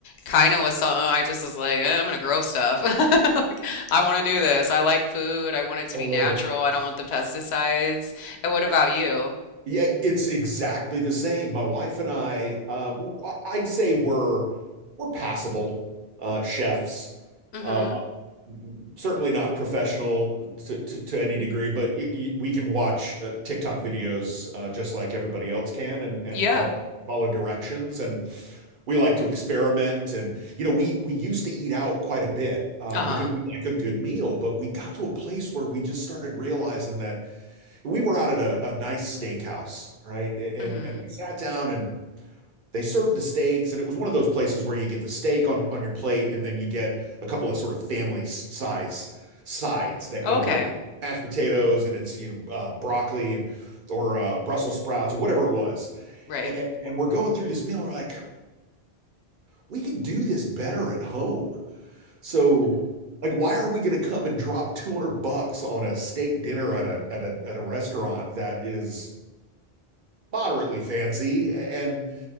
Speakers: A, on the left; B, on the right.
A: kind of was something I just was like, eh, I'm gonna grow stuff. <laughs> Like, I want to do this. I like food. I want it to
B: love
A: be natural.
B: it.
A: I don't want the pesticides. And what about you?
B: Yeah, it's exactly the same. My wife and I, uh, w- I'd say we're we're passable uh, chefs.
A: Mm-hmm.
B: Uh, certainly not professional to, to, to any degree, but y y- we can watch uh, TikTok videos uh, just like everybody else can and, and
A: Yeah.
B: follow follow directions. And we like to experiment. And you know, we we used to eat out quite a bit uh,
A: Uh-huh.
B: because we like a good meal, but we got to a place where we just started realizing that we were out at a, a nice steakhouse, right? And
A: Mm-hmm.
B: and we sat down and they served the steaks and it was one of those places where you get the steak on on your plate and then you get a couple of sort of family size sides that
A: Oh,
B: go
A: okay.
B: with it. mashed potatoes and it's you know uh, broccoli and or uh, Brussels sprouts or whatever it was
A: Right.
B: and, and, and we're going through this meal we're like we could do this better at home so like why are we going to come and drop 200 bucks on a steak dinner at a at a at a restaurant that is moderately fancy and